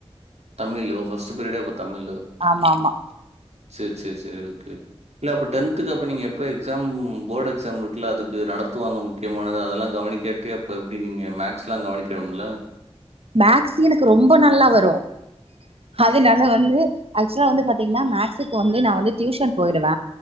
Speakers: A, on the right; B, on the right.
A: தமிழ் ஓ பஸ்ட் பீரியட்டே அப்போ தமிழு
B: ஆமா ஆமா
A: சேர் சேர் சேர் ஓகே இல்ல அப்ப டென் த்க்கு அப்ப நீங்க எப்போ எக்ஸாம் போர்டு எக்ஸாம் இருக்குல அதுக்கு நடத்துவாங்க முக்கியமானது அதல்லாம் கவனிக்காட்டி அப்ப எப்டி நீங்க மேக்ஸ்லாம் கவனிக்கனும்ல
B: மேக்ஸ் எனக்கு ரொம்ப நல்லா வரும் அதனால வந்து ஆக்சுலா வந்து பாத்தீங்கன்னா மேக்ஸுக்கு வந்து நா வந்து டியூஷன் போயிடுவ